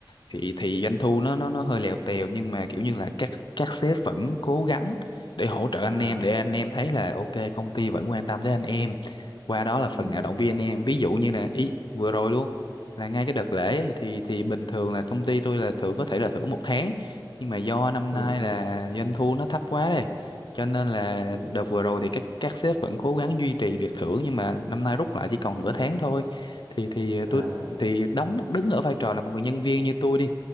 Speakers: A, on the left (about 70°); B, on the right (about 65°).
A: thì thì doanh thu nó nó nó hơi lèo tèo nhưng mà kiểu như là các các sếp vẫn cố gắng để hỗ trợ anh
B: à
A: em để anh em thấy là ok công ty vẫn quan tâm tới anh em qua đó là
B: ừ.
A: phần nào động viên anh em ví dụ như là ý vừa rồi luôn là ngay cái đợt lễ ấy, thì thì bình thường là công ty tôi là thưởng có thể là thưởng một tháng nhưng mà do năm
B: Ừ.
A: nay là doanh thu nó thấp quá đây cho nên là
B: Ừ.
A: đợt vừa rồi thì các các sếp vẫn cố gắng duy trì việc thưởng nhưng mà năm nay rút lại chỉ còn nửa tháng thôi thì thì ờ,
B: à
A: tôi thì đóng đứng ở vai trò là một người nhân viên như tôi đi